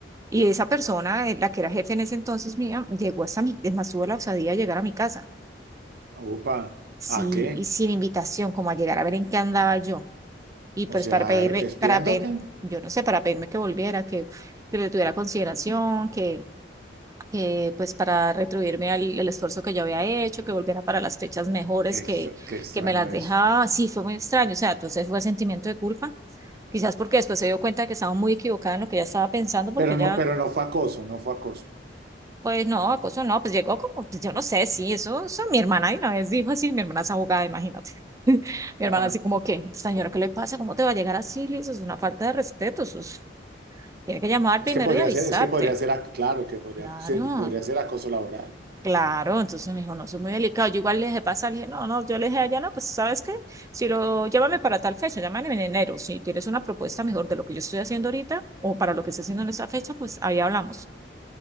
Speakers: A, on the right; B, on the right.
A: Y esa persona, eh, la que era jefe en ese entonces mía, llegó hasta mi, es más, tuvo la osadía de llegar a mi casa
B: Upa,
A: sí,
B: ¿a qué?
A: y sin invitación, como a llegar a ver en qué andaba yo. Y pues
B: O sea,
A: para pedirme,
B: espiándote.
A: para pedir, yo no sé, para pedirme que volviera, que, que le tuviera consideración, que, que pues para retribuirme al, el esfuerzo que yo había hecho, que volviera para las fechas mejores
B: Qué, extra-
A: que,
B: qué extraño
A: que me las
B: eso.
A: dejaba. Sí, fue muy extraño. O sea, entonces fue sentimiento de culpa. Quizás porque después se dio cuenta de que estaba muy equivocada en lo que ella estaba pensando, porque
B: Pero
A: ella
B: no, pero no fue acoso, no fue acoso.
A: Pues no, acoso no, pues llegó como, pues yo no sé, sí, eso, eso mi hermana de una vez dijo así, mi hermana es abogada, imagínate. <laughs> Mi
B: Ah,
A: hermana así como que, señora, ¿qué le pasa? ¿Cómo te va a llegar así? Le dice, Eso es una falta de respeto, eso es- tiene que llamar
B: es
A: primero
B: que podría
A: y avisarte.
B: ser, es que podría ser, ac- claro, que podría,
A: Claro,
B: sí, podría ser acoso laboral.
A: claro, entonces me dijo, no, eso es muy delicado. Yo igual le dije, pasa, le dije, no, no, yo le dije allá, no, pues ¿sabes qué? Si lo, llámame para tal fecha, llámame en enero, si tienes una propuesta mejor de lo que yo estoy haciendo ahorita o para lo que estoy haciendo en esa fecha, pues ahí hablamos.